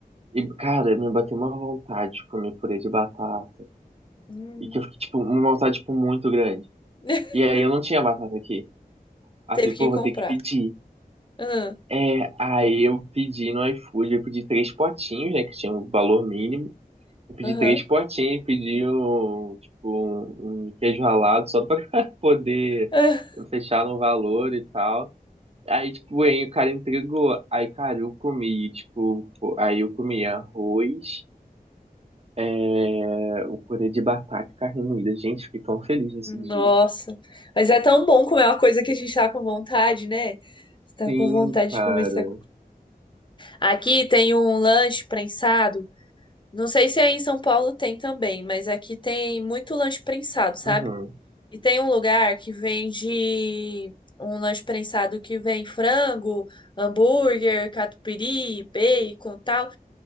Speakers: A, on the right; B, on the left.
A: E, cara, me bateu uma vontade de comer purê de batata.
B: Hum,
A: E que eu fiquei, tipo, uma vontade, tipo, muito grande.
B: <laughs>
A: E aí eu não tinha batata aqui. Aí
B: teve
A: eu falei, pô,
B: que comprar.
A: vou ter que pedir.
B: Aham,
A: É, aí eu pedi no iFood, eu pedi três potinhos, né, que tinha um valor mínimo. Eu pedi
B: aham,
A: três potinhos, pedi um, tipo, um, um queijo ralado só pra <laughs> poder
B: ah.
A: fechar no valor e tal. Aí, tipo, aí o cara entregou. Aí, cara, eu comi, tipo, fo- aí eu comi arroz, é, o purê de batata e carne moída. Gente, fiquei tão feliz nesse
B: Nossa.
A: dia.
B: Mas é tão bom comer uma coisa que a gente tá com vontade, né? Você tá
A: Sim,
B: com vontade
A: cara.
B: de comer. você Tá... com- Aqui tem um lanche prensado. Não sei se aí em São Paulo tem também, mas aqui tem muito lanche prensado, sabe?
A: Uhum.
B: E tem um lugar que vende um lanche prensado que vem frango, hambúrguer, catupiry, bacon, tal,